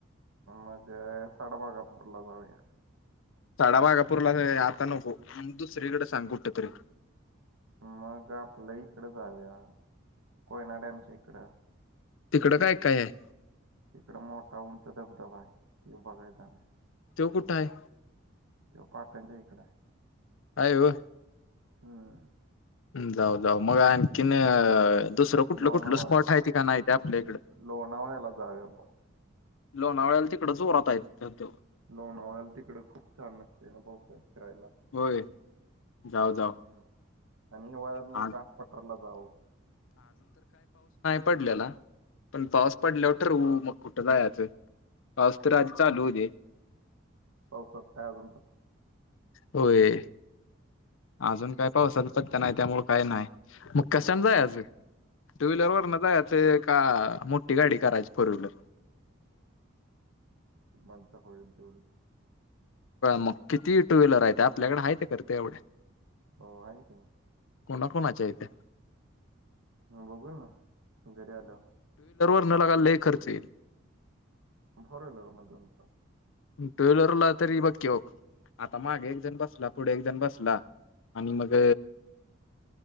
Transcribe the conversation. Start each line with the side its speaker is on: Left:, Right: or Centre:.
Right: मग साडबागापूरला जाऊया.
Left: साडाबागापूरला आता नको दुसरीकडे सांग कुठ तरी.
Right: मग आपलं इकड जाऊया कोयना डॅमच्या इकडं.
Left: तिकडं काय काय आहे?
Right: तिकडं मोठा उंच धबधबा आहे. तो बघायचा आहे.
Left: त्यो कुठं आहे?
Right: तो पाटनच्या इकडें आहे.
Left: आय व
Right: हम्.
Left: जाऊ जाऊ मग आणखीन अ दुसरं कुठलं
Right: लोणावळ्याला
Left: कुठलं स्पॉट आहे ती की नाय ते आपल्या इकड?
Right: लोणावळ्याला जाऊया बघ
Left: लोणावळ्याला तिकडं जोरात आहेत ना त्यो.
Right: लोणावळ्याला तिकडं खूप छान असते, ना पाऊसाळ्यात फिरायला.
Left: होय जाऊ जाऊ.
Right: हम्म आणि हिवाळ्यात मग
Left: हा
Right: कास पटरला जाऊ
Left: पडल्याला पण पाऊस पडल्यावर ठरवू मग कुठं जायचं पाऊस तर आधी चालू होऊ दे
Right: पाऊसात काय अजून
Left: होय अजून काय पावसाचा पत्या नाही त्यामुळं काय नाही मग कशाने
Right: होय
Left: जायचं? टू व्हीलर वर नं जायचं का मोठी गाडी करायची फोर व्हीलर
Right: मणचा होईल तेवढंच
Left: मग किती टू व्हीलर आहे ते आपल्याकडे आहेत का रे तेवढ्या
Right: हो आहेत की
Left: कोणा कोणाच्या आहेत
Right: बघू ना घरी आल्यावर
Left: त्याला लगा लय खर्च येईल
Right: मग फोर व्हिलर मध्ये जाऊ
Left: टू व्हिलरला तरी बघकी, आता मागे एक जण बसला पुढे एकजण बसला आणि मग